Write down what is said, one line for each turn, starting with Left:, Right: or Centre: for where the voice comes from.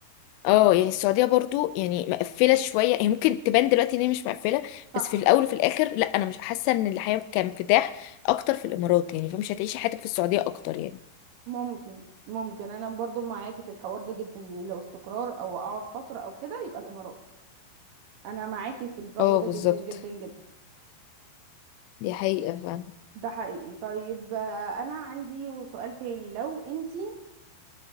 Left: اه يعني السعودية برضو يعني مقفلة شوية هي ممكن تبان دلوقتي ان هي مش مقفلة
Right: صح
Left: بس في الاول وفي الاخر لا انا مش حاسة ان الحياة كانفتاح اكتر في الامارات يعني فمش هتعيشي حياتك في السعودية اكتر يعني
Right: ممكن ممكن أنا برضو معاكي في الحوار ده جدا يعني لو استقرار أو أقعد فترة أو كده يبقى الإمارات أنا معاكي في الرأي
Left: اه
Right: ده
Left: بالظبط
Right: جدا جدا جدا
Left: دي حقيقة فعلا
Right: ده حقيقي طيب آه، انا عندي سؤال تاني لو انتي